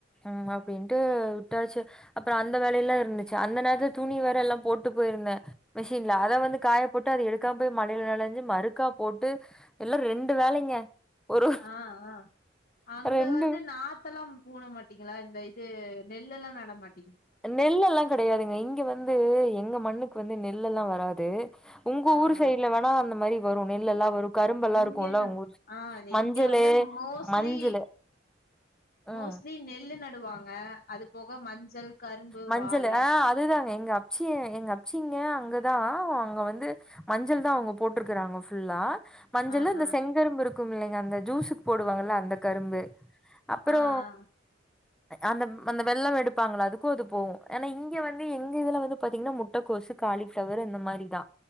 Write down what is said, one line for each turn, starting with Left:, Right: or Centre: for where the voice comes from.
Centre: உம் அப்டின்ட்டு விட்டாச்சு அப்றோ அந்த வேலல்லா இருந்துச்சு அந்த நேரத்துல துணி வேற எல்லா போட்டு போயிருந்த மெஷின்ல அத வந்து காய போட்டு அது எடுக்காம மழைல நனஞ்சு மறுக்கா போட்டு எல்லாம் ரெண்டு வேலைங்க ஒரு
Left: ஆ ஆ ஆ அங்க
Centre: ரெண்டு
Left: வந்து நாத்தெல்லாம் போன மாட்டீங்களா இந்த இது நெல்லெல்லா நடமாட்
Centre: நெல்லெல்லாம் கடையாதுங்க இங்க வந்து எங்க மண்ணுக்கு வந்து நெல்ல எல்லாம் வராது உங்க
Left: ஆ
Centre: ஊர் சைடு்ல
Left: ஆ
Centre: வேணா அந்த மாரி வரும் நெல் எல்லா வரும் கரும்பு எல்லா
Left: இங்கென்ன
Centre: இருக்குல உங்கஊரு
Left: ஆ
Centre: மஞ்சளு
Left: இங்க வந்து மோஸ்ட்லி
Centre: மஞ்சளு
Left: மோஸ்ட்லி
Centre: ம்
Left: நெல்லு நடுவாங்க அது போக மஞ்சள் கரும்பு
Centre: மஞ்சளு
Left: வாழ
Centre: ஆ அதுதாங்க எங்க அப்ச்சி எங்க அப்ச்சிங்க அங்கதா அவுங்க வந்து மஞ்சள் தா அவுங்க போட்ருக்குறாங்க ஃபுல்லா மஞ்சளு
Left: ஆ
Centre: இந்த
Left: ஆ
Centre: செங்கரும்பு இருக்கும்மில்லைங்க அந்த ஜூஸுக்கு போடுவாங்கள அந்த கரும்பு அப்றோ
Left: ஆ ஆ
Centre: அந்த அந்த வெல்லம் எடுப்பாங்கள்ல அது கோது போவு ஏனா இங்க வந்து எங்க இதுல வந்து பாத்தீங்கன்னா முட்டக்கோசு காளிஃபிளவரு இந்த மாரிதா